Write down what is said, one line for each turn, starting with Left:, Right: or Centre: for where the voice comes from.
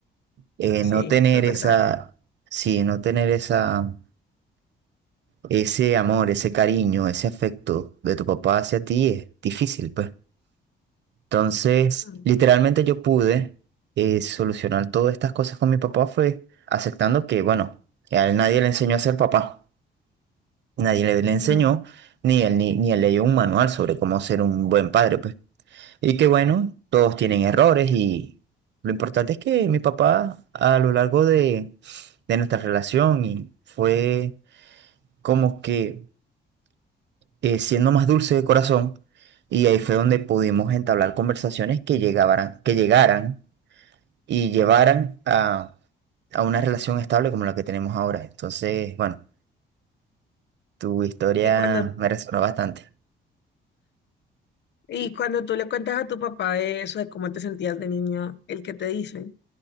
Right: eh,
Left: sí,
Right: no tener
Left: eso es
Right: esa,
Left: verdad.
Right: sí, no tener esa, ese amor, ese cariño, ese afecto de tu papá hacia ti es difícil, pues. Entonces,
Left: Mm,
Right: literalmente yo pude eh, solucionar todas estas cosas con mi papá fue aceptando que, bueno, a él nadie le enseñó a ser papá, nadie le, le enseñó,
Left: mm.
Right: ni él, ni, ni él leyó un manual sobre cómo ser un buen padre, pues. Y que bueno, todos tienen errores y lo importante es que mi papá a lo largo de, de nuestra relación y fue como que eh, siendo más dulce de corazón y ahí fue donde pudimos entablar conversaciones que llegaran, que llegaran y llevaran a, a una relación estable como la que tenemos ahora. Entonces, bueno, tu historia
Left: Y cuando,
Right: me resonó bastante.
Left: y cuando tú le cuentas a tu papá eso de cómo te sentías de niño, ¿el que te dice?